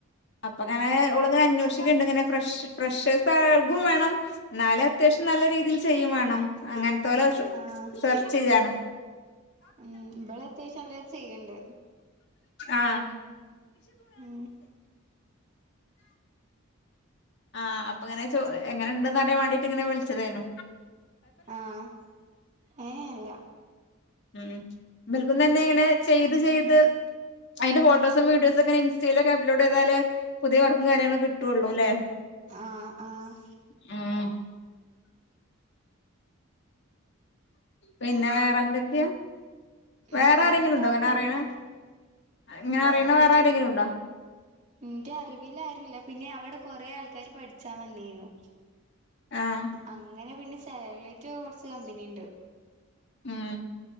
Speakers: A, on the left (about 55°); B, on the right (about 35°).
A: അപ്പ ങ്ങനെ ഓള് ങ്ങനെ അന്വോഷിക്ക്ണ്ട് ങ്ങനെ ഫ്രഷ് ഫ്രഷേർസ്സാൽകും വേണം ന്നാലും അത്യാവശ്യം നല്ല രീതിയിൽ ചെയ്യും വേണം അങ്ങൻ തോലെ ഷ്ഷ്
B: ആഹ്
A: സെർചെയ്യാണ്.
B: ഉം ഉം ഇബള് അത്യാവശ്യ ല്ലോം ചെയ്യ്ണ്ട്.
A: ആഹ്
B: ഉം
A: ആഹ് അപ്പ ങ്ങനെ ചോ എങ്ങനെണ്ട്ന്നറിയാൻ വേണ്ടീട്ട് ങ്ങനെ വിൽച്ചതേനു.
B: ആഹ് ഏഹ് ഇല്ല
A: ഉം ഇബൽക്കുംന്നന്നെ ഇങ്ങനെ ചെയ്ത് ചെയ്ത് അയ്ന്റെ ഫോട്ടോസും വീഡിയോസും ഒക്കെ ഇൻസ്റ്റയിലൊക്കെ അപ് ലോഡ് ചെയതാല് പുതിയ വർക്കും കാര്യങ്ങളൊക്കെ കിട്ടുവൊള്ളൂ ല്ലേ
B: ആഹ് ആഹ്
A: ഊം പിന്നെ വേറെ എന്തൊക്കെയാ വേറെ
B: വേറെന്താ
A: ആരെങ്കിലും ഉണ്ടോ
B: കൊഴപ്പൊന്നില്ല
A: അങ്ങനെ അറിയണ ഇങ്ങനെ
B: വേറേ
A: അറിയണ വേറെ ആരെങ്കിലും
B: എൻ
A: ഉണ്ടോ
B: ന്റെ അറിവില് ആരുല്ല പിന്നെ അവിടെ കൊറെ ആൾക്കാര് പഠിച്ചാൻ വന്നീനു
A: ആഹ്
B: അങ്ങനെ പിന്നെ <unintelligible> യിട്ട് കൊറച്ച് കമ്പനിണ്ട്
A: മ്മ്